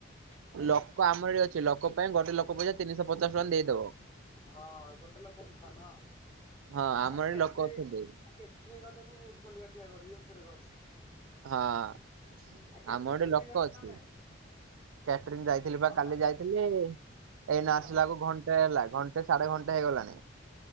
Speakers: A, on the left; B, on the right.
A: <unintelligible>
B: ଲୋକ ଆମର ଏଠି ଅଛି ଲୋକ ପାଇଁ ଗୋଟେ ଲୋକ ପିଛା ତିନିଶହ ପଚାଶ ଟଙ୍କା ଦେଇଦବ।
A: ହଁ ହଁ ଗୋ ହେଲେ କମିଥାନ୍ତା
B: ହଁ ଆମର
A: ଆ କେଟ୍ରି
B: ଏଠି ଲୋକ ଅଛନ୍ତି।
A: କେଟ୍ରିଂ କଲେ ମୁଁ ବୁଲ ବୁଲିବା ଠିଆ କରିବି ଇଥେରେ କଣ ଅଛି।
B: ହାଁ
A: ଆଉ କେଟରିଂ
B: ଆମ ଆଡେ
A: ଫେଟରିଂ
B: ଲୋକ
A: ଯାଉଛି
B: ଅଛି।
A: ନା ନାଇଁ
B: କ୍ୟାଟ୍ରୀଙ୍ଗ ଯାଇଥିଲି
A: ଆଉ
B: ବା କାଲି
A: ତମେ
B: ଯାଇଥିଲି। ଏଇ ନା
A: ହଁ।
B: ଆସିଲା କୁ ଘଣ୍ଟେ ହେଲା ଘଣ୍ଟେ ସାଢେ ଘଣ୍ଟେ ହେଇ ଗଲାଣି।